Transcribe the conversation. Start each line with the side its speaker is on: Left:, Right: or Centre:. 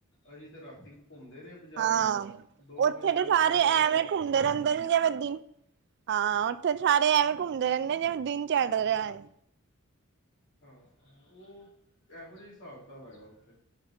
Left: ਅਹੀ ਤੇ ਰਾਤੀ ਘੁੰਮਦੇ ਰਹੇ ਬਾਜ਼ਾਰ
Right: ਹਾਂ,
Left: ਵਿੱਚ ਦੋ
Right: ਔਥੇ
Left: ਵਜੇ
Right: ਤੇ
Left: ਤੱਕ
Right: ਸਾਰੇ
Left: ਡੇਢ ਵਜੇ
Right: ਐਵੇਂ
Left: ਤੱਕ
Right: ਘੁੰਮਦੇ ਰਹਿੰਦੇ ਨੇ ਜਿਵੇਂ ਦਿਨ ਹਾਂ, ਔਥੇ ਤੇ ਸਾਰੇ ਐਵੇਂ ਘੁੰਮਦੇ ਰਹਿੰਦੇ ਜਿਵੇਂ ਦਿਨ ਚੜ ਰਿਆ ਐ।
Left: ਹਾਂ, ਔ ਐਹੋ ਜਿਆ ਈ ਸਾਬ-ਕਤਾਬ ਹੈਗਾ ਔਥੇ।